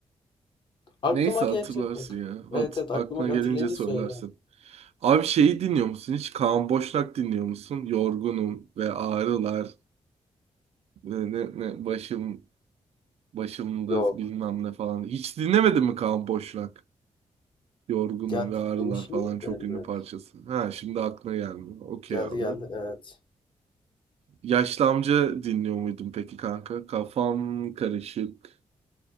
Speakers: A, on the left; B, on the right.
A: Aklıma
B: Neyse hatırlarsın
A: gelecek bak.
B: ya.
A: Evet
B: Hat
A: evet
B: aklına
A: aklıma
B: gelince
A: hatırlayınca
B: söylersin.
A: söyleyeyim.
B: Abi şeyi dinliyor musun? Hiç Kaan Boşnak dinliyor musun? Yorgunum ve ağrılar. Ne, ne, ne, başım başımda
A: Yok.
B: bilmem ne falan. Hiç dinlemedin mi Kaan Boşnak? Yorgunum
A: Ya
B: ve
A: dinlemişimdir
B: Ağrılar falan çok
A: de elbet.
B: ünlü parçası. Ha şimdi aklına gelmiyor. Okey
A: Geldi
B: abi.
A: geldi evet.
B: Yaşlı amca dinliyor muydun peki kanka? Kafam karışık.